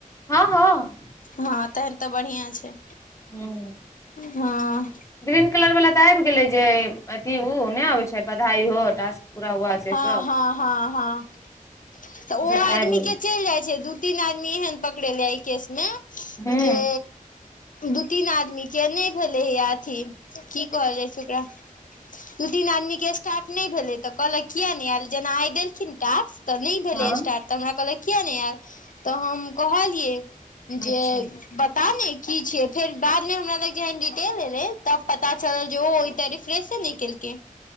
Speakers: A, on the left; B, on the left.
A: हँ- हँ
B: हँ तहन तऽ बढ़िआँ छै
A: ह
B: हँ
A: ग्रीन कलर वला तऽ आइब गेलै जे अथी उ नय आबै छै बधाई हो टास्क पूरा हुआ से
B: हँ
A: सब
B: हँ हँ हँ तऽ ओ
A: सब
B: आदमी
A: आबि गेलै
B: के चइल जाइत छै, दू तीन आदमी एहन पकड़ेले इ केस में
A: हूँ
B: जे दू, तीन, आदमी के नय भेले हे अथी की कहल जाइ छै ओकरा दू, तीन, आदमी के स्टार्ट नय भेलै तऽ कहलक किया नय आयल जेना आइ देलखिन टास्क तऽ नय भेलै
A: हँ
B: स्टार्ट तऽ हमरा कहलक किया नय आयल तऽ हम कहलियै
A: अच्छा
B: जे बता ने की छियै फेर बाद मे हमरा लग जेहन डिटेल एले तब पता चलल जे ओ हो एक टा रिश्ते फ्रेशे नय केलकै